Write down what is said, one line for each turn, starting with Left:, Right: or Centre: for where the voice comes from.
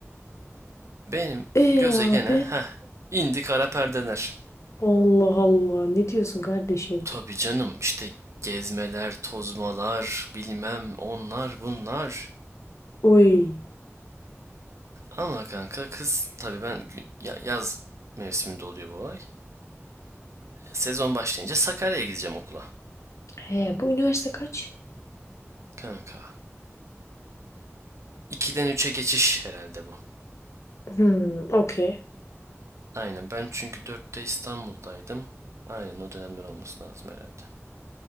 Right: Benim
Left: E
Right: göze gene
Left: abi.
Right: heh indi kara perdeler.
Left: Allah Allah ne diyorsun kardeşim?
Right: Tabii canım işte gezmeler, tozmalar, bilmem onlar bunlar.
Left: Oy.
Right: Ama kanka kız tabii ben gü- ya- yaz mevsiminde oluyor bu olay. Sezon başlayınca Sakarya'ya gideceğim okula.
Left: He bu üniversite kaç?
Right: Kanka. 2'den üçe geçiş herhalde bu.
Left: Hmm, okey.
Right: Aynen ben çünkü dörtte İstanbul'daydım. Aynen o dönemler olması lazım herhalde.